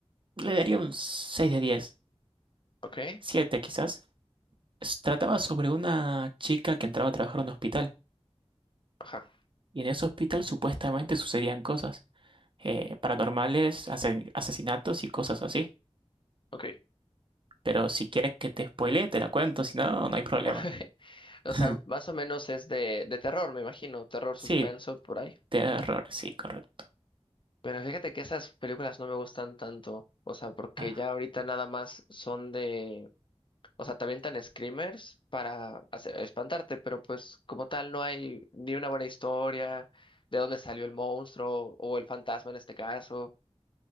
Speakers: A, on the right; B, on the left.
A: Le daría un 6 de 10,
B: ok,
A: 7 quizás. S- Trataba sobre una chica que entraba a trabajar en un hospital,
B: ajá,
A: y en ese hospital supuestamente sucedían cosas eh, paranormales, asesin- asesinatos y cosas así.
B: ok.
A: Pero si quieres que te spoilee, te la cuento, si no, no hay problema.
B: <laughs> O
A: <laughs>
B: sea, más o menos es de, de terror, me imagino, terror suspenso
A: Sí,
B: por ahí.
A: terror, sí, correcto.
B: Pero fíjate que esas películas no me gustan tanto, o sea, porque
A: Ah,
B: ya ahorita nada más son de... O sea, te avientan screamers para hacer- espantarte, pero pues como tal no hay ni una buena historia de dónde salió el monstruo o el fantasma en este caso.